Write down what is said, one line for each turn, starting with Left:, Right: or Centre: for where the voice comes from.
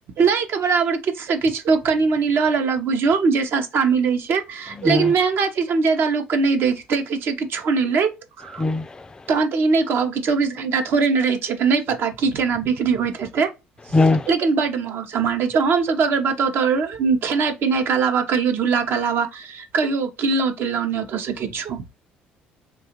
Right: नै के बराबर किछ सँ किछु लोक कनि मनि लऽ लेलक बुझयौ जे सस्ता मिलै छै।
Left: हँ
Right: लेकिन मेहंगा चीज हम ज्यादा लोक केँ नै देख देखै छियै किछो नै लैत।
Left: <inaudible>
Right: तहन तऽ इ नै कहब कि चौबीस घंटा थोड़े ने रहै छियै, तऽ नै पता की केना बिक्री होइत हेतै।
Left: हँ
Right: लेकिन बड महग समान रहै छै हम सब तऽ अगर ब तो तोर खेनाइ पिनाइ के अलावा कहियो झूला के अलावा कहियौ किनलौ- तिनलौ नै ओतो स किछो।